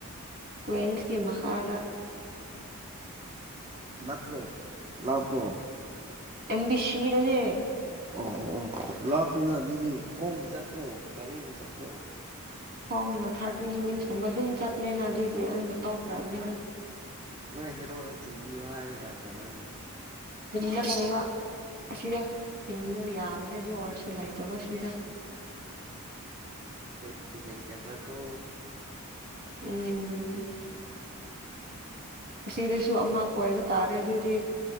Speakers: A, on the right (about 45°); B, on the right (about 25°).
A: ꯀ꯭ꯋꯟꯁꯀꯤ ꯃꯍꯍꯥꯔꯥ
B: ꯅꯅꯥꯄ꯭ꯔꯣ ꯂꯞꯄ꯭ꯔꯣ
A: ꯑꯦꯝ ꯕꯤ ꯁꯤꯗꯅꯦ
B: ꯑꯣ ꯑꯣ ꯑꯣ ꯂꯥꯞꯄꯅ ꯑꯗꯨꯗꯤ ꯈꯣꯡ ꯆꯠꯄ꯭ꯔꯣ ꯒꯥꯔꯤ ꯏ ꯆꯄ꯭ꯔꯣ
A: ꯍꯣꯡꯅ ꯊꯥꯔꯇꯤ ꯃꯤꯅꯤꯠꯁꯀꯨꯝꯕ ꯑꯗꯨꯝ ꯆꯠꯂꯦꯅ ꯑꯗꯨꯗꯤ ꯑꯩꯅ ꯇꯧꯈ꯭ꯔꯕꯅꯤꯗ
B: ꯅꯣꯏ ꯍꯦꯔꯣꯛꯅ ꯊꯤꯟꯕꯤꯌꯣ ꯍꯥꯏ ꯌꯥꯗꯕ꯭ꯔꯥꯅꯦ
A: ꯗ ꯂꯩꯕ ꯑꯁꯤꯗꯕ ꯌꯥꯕꯅꯦ ꯑꯗꯨ ꯑꯣꯏꯔꯁꯨ ꯂꯩꯇꯕ ꯁꯤꯗ
B: ꯀꯔꯤ ꯂꯩꯇꯕ꯭ꯔꯀꯣ
A: ꯎꯝ ꯑꯁꯤꯗꯁꯨ ꯑꯃ ꯀꯣꯏꯕ ꯇꯥꯔꯦ ꯑꯗꯨꯗꯤ